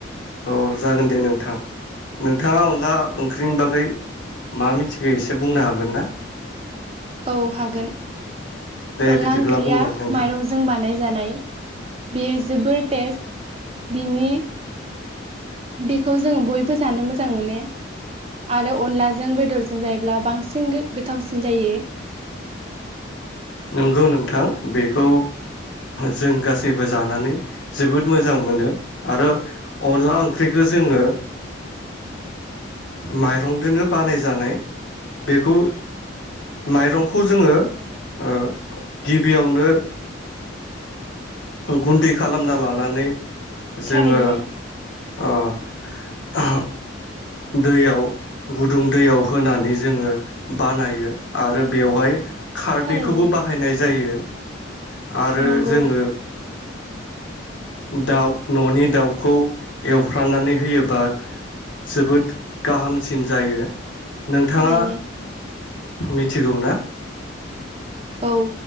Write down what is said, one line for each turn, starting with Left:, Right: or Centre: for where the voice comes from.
Left: अ जागोन दे नोंथां नोंथाङा अनला ओंख्रिनि बागै मा मिथिगौ एसे बुंनो हागोन ना।
Right: औ हागोन।
Left: दे
Right: अनला
Left: बिदिब्ला
Right: ओंख्रिया
Left: बुंलाय नोंथां
Right: माइरंजों बानाय। जानाय। बेयो जोबोर टेस्ट। बिनि। बेखौ जोङो बयबो जानो मोजां मोनो। आरो अनलाजों बेदरजों जायोब्ला बांसिन गो-गोथ थावसिन जायो।
Left: नंगौ नोंथां बेखौ जों गासैबो जानानै जोबोद मोजां मोनो आरो अनला ओंख्रिखौ जोङो माइरंदोनो बानायजानाय बेखौ माइरंखौ जोङो। ओ गिबियावनो। गुन्दै खालामना लानानै। जोङो
Right: थारैनो
Left: अ। दैयाव गुदुं दैयाव होनानै जोङो बानायो आरो बेवहाय। खारदैखौबो
Right: थारैनो
Left: बाहायनाय जायो। आरो
Right: नंगौ
Left: जोङो। दाउ न'नि दाउखौ एवफ्रानानै होयोबा जोबोद गाहामसिन जायो नोंथाङा
Right: थारैनो
Left: मिथिगौना?
Right: औ